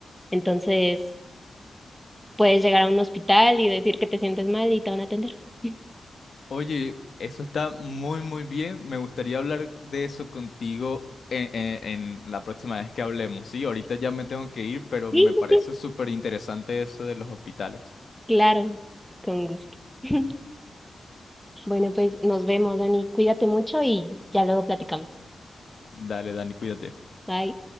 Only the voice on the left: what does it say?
Oye, eso está muy, muy bien. Me gustaría hablar de eso contigo en, en- en la próxima vez que hablemos. Sí, ahorita ya me tengo que ir, pero
me parece
súper interesante eso de los hospitales.
Dale, Dani, cuídate.